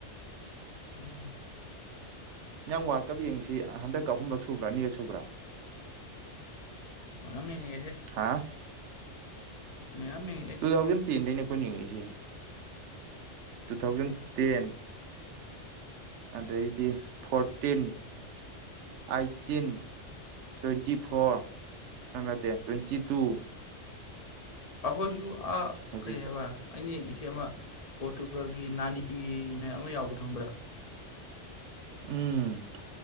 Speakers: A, on the left; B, on the right.
A: ꯎꯝ
B: ꯅꯪ ꯋꯥ꯭ꯜꯁꯞ ꯌꯦꯡꯉꯤꯁꯤ ꯍꯟꯗꯛꯀ ꯑꯍꯨꯝꯂꯛ ꯁꯨꯕ꯭ꯔꯥ ꯑꯅꯤꯔꯛ ꯁꯨꯕ꯭ꯔꯥ
A: ꯃꯌꯥꯝ ꯌꯦꯡꯉꯤ
B: ꯍꯥ
A: ꯃꯌꯥꯝ ꯌꯦꯡ
B: ꯇꯨ ꯊꯥꯎꯖꯟ ꯇꯦꯟꯗꯩꯅꯦ ꯑꯩꯈꯣꯏꯅ ꯌꯦꯡꯉꯛꯏꯁꯦ ꯇꯨ ꯊꯥꯎꯖꯟ ꯇꯦꯟ ꯑꯗꯩꯗꯤ ꯐꯣꯔꯇꯤꯟ ꯑꯩꯠꯇꯤꯟ ꯇ꯭ꯋꯦꯟꯇꯤ ꯐꯣꯔ ꯅꯠꯇꯦ ꯇ꯭ꯋꯦꯟꯇꯤ ꯇꯨ
A: ꯑꯩꯈꯣꯏꯁꯨ ꯑꯥ
B: ꯍꯧꯖꯤꯛ
A: ꯀꯩ ꯍꯥꯏꯕ ꯑꯩꯅ ꯌꯦꯡ ꯁꯤ ꯑꯃ ꯄꯣꯔꯇꯨꯒꯜꯒꯤ ꯅꯥꯅꯤꯅ ꯑꯃ ꯌꯥꯎꯕꯗꯣ ꯈꯪꯕ꯭ꯔꯥ
B: ꯎꯝ